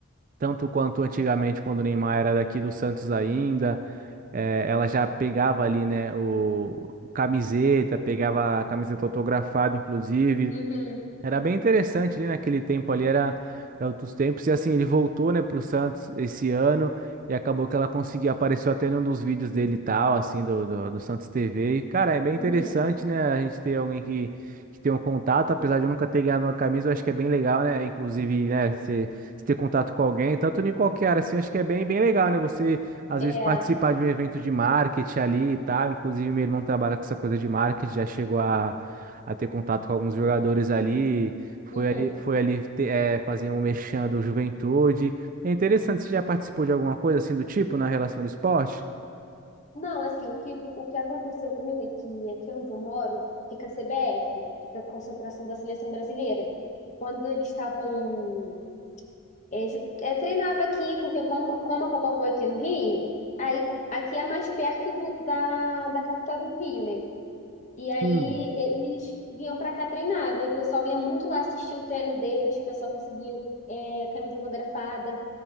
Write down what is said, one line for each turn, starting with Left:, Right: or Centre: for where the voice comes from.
Right: tanto quanto antigamente, quando o Neymar era daqui do Santos ainda, eh, ela já pegava ali, né, o o camiseta, pegava a camiseta autografada, inclusive.
Left: uhum.
Right: Era bem interessante ali naquele tempo ali, era, era outros tempos. E assim, ele voltou, né, pro Santos esse ano e acabou que ela conseguiu, apareceu até num dos vídeos dele e tal, assim, do, do, do Santos TV. E, cara, é bem
Left: Uhum,
Right: interessante, né, a gente ter alguém que, que tem um contato, apesar de eu nunca ter ganhado uma camisa, eu acho que é bem legal, né, inclusive, né, você você ter contato com alguém, tanto em qualquer área, assim, eu acho que é bem, bem legal, né, você, às
Left: é,
Right: vezes, participar de um evento de marketing ali e tal. Inclusive, meu irmão trabalha com essa coisa de marketing, já chegou a a ter contato com alguns jogadores ali. Foi
Left: uhum.
Right: ali, foi ali te- eh, fazer um merchan do Juventude. É interessante, você já participou de alguma coisa assim do tipo na relação do esporte?
Left: Não, assim, o que, o que aconteceu comigo é que aqui onde eu moro fica a CBF, fica a concentração da seleção brasileira. Quando eles estavam. É, ju- é, treinava aqui, porque como, como a Copa foi aqui no Rio, aí aqui é mais perto do, da, da capital do Rio, né? E aí
Right: Sim.
Left: eles vinham pra cá, treinava, e o pessoal ia muito lá assistir o treino deles, o pessoal conseguiu é, camisa autografada.